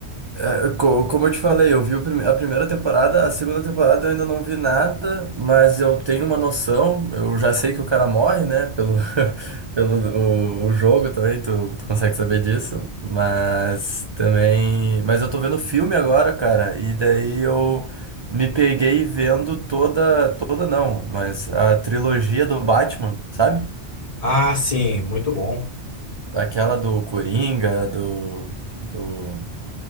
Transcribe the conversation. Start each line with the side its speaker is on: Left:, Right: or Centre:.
Right: É, co- Como eu te falei, eu vi o prime- a primeira temporada, a segunda temporada eu ainda não vi nada, mas eu tenho uma noção, eu já sei que o cara morre, né? Pelo, <laughs> pelo o, o jogo também, tu, tu consegue saber disso. Mas também. Mas eu tô vendo o filme agora, cara, e daí eu me peguei vendo toda. Toda não, mas a trilogia do Batman, sabe?
Left: Ah, sim, muito bom.
Right: Aquela do Coringa, do. Do